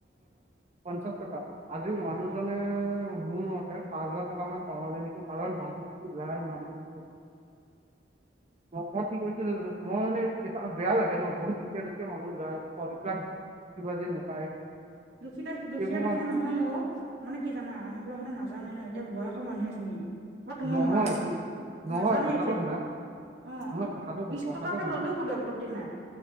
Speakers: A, on the right (about 40°); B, on the right (about 70°).
A: পঞ্চাছ টকা আজি মানুহজনে মোৰ মতে পাঁচ হাজাৰ টকা মান কমালে নেকি? কাৰণ মানুহ নাই মানু্হটো মই কি কৈছো যে মই মানে এইটো বেয়া লাগে যেনে- বহুত দুখীয়া দুখীয়া মানুহ যায় ফ্ৰমবিলাক বুজি- বাজি নাপায়।
B: দুখীয়া দে দুখীয়া
A: এইবোৰ
B: দুখীয়া
A: মানে
B: নহয় অ'! মানে কি জানা মানুহবিলাক কথা নাজানে ন এতিয়া বয়সৰ মানুহ এজনীয়ে বা তোমাৰ
A: নহয়
B: মায়ে
A: শুন, নহয়
B: নাজানে
A: কথাটো
B: এতিয়া
A: শুনা
B: অ
A: নহয় কথাটো
B: বিশ
A: কথাটো
B: টকাকে
A: শুনা
B: ললেও কোনো আপত্তি নাই।